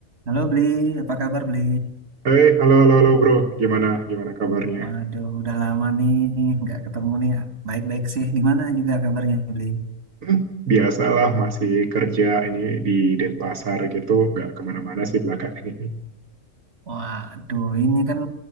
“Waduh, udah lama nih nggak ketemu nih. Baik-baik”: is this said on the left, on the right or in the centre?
Right